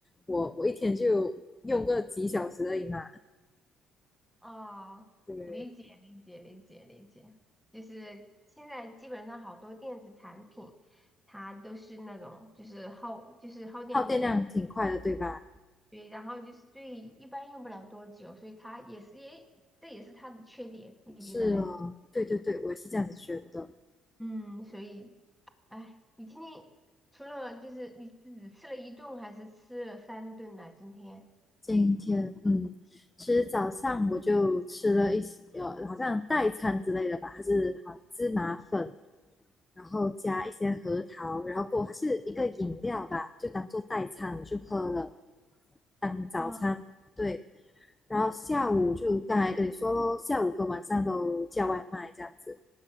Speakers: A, on the left (about 20°); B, in the centre.
A: 我我一天就用个几小时而已嘛。
B: 哦，
A: 对，
B: 理解理解理解理解，就是现在基本上好多电子产品，它都是那种就是耗就是耗电力很，
A: 耗电量挺快的，对吧？
B: 对，然后就是对一般用不了多久，所以它也是也这也是它的缺点，你觉得嘞？
A: 是哦，对对对，我也是这样子觉得。
B: 嗯，所以哎，你今天除了就是你是只吃了一顿还是吃了三顿呢？今天
A: 今天，嗯，其实早上我就吃了一些，呃，好像代餐之类的吧，还是好像芝麻粉，然后加一些核桃，然后过还是一个饮料吧，就当做代餐我就喝了，当早餐。
B: 啊，
A: 对，然后下午就刚才跟你说咯，下午跟晚上都叫外卖这样子。